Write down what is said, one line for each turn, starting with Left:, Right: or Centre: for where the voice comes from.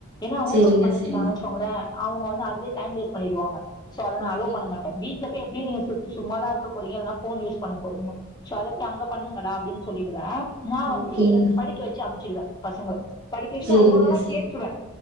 Left: என்னா ஹோம்
Right: சேரிங்க
Left: ஒர்க் பண்ணிட்டுந்தங்க
Right: சேரிங்க
Left: வெச்கோங்ளே அவுங்க வந்து அதுலயே டைம் வேஸ்ட் பண்ணிடுவாங்க சோ அத நா
Right: ஓகேங்க
Left: அலோ பண்ண மாட் ட வீட்ல பொய் எப்டியு நீங்க சொலிடு சும்மாதா இருக்க போறீங்க இல்னா போன் யூஸ் பண்ண போறீங்க சோ அதபொய் அங்க பண்ணுங்கட அப்டின் சொல்லிடுவே நா வந்து
Right: ஓகேங்க
Left: என் படிக்க வெச்சு அம்ச்சிருவே பசங்ள படிக்க வெச்டு
Right: சேரிங்க
Left: நா ஓரளா
Right: சேரிங்க
Left: கேட்ருவே